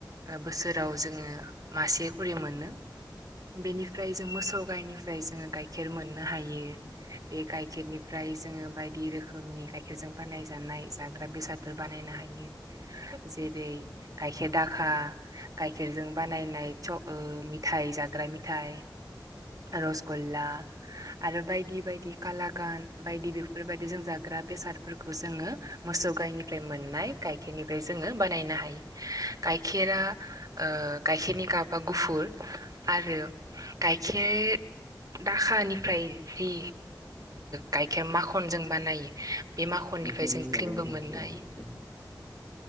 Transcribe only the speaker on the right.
बोसोराव जोङो मासे खरि मोनो। बेनिफ्राय जों मोसौ गाइनिफ्राय जोङो गाइखेर मोननो हायो। बे गायखेरनिफ्राय जोङो बायदि रोखोमनि गा गाइखेरजों बानाय जानाय जाग्रा बेसादफोर बानायनो हायो जेरै। गायखेर दाखा। गाइखेरजों बानायनाय स मिथायाइ जाग्रा मिथाइ। रस गल्ला। आरो बायदि बायदि काला गान बायदि बेफोरबायायदि जों जाग्रा बेसाद। फोरखौ जोङो मोसौ गायनिफ्राय मोननाय गाइखेरनिफ्राय जोङो बानायनो हायो। गायखेरा गायखेरनि गाबा गुफुर आरो। गाइखेर दाखानिफ्राय जि। गाइखेर माखनजों बानायो। बे माखननिफ्राय
जों
क्रिमबो
मोननो
हायो।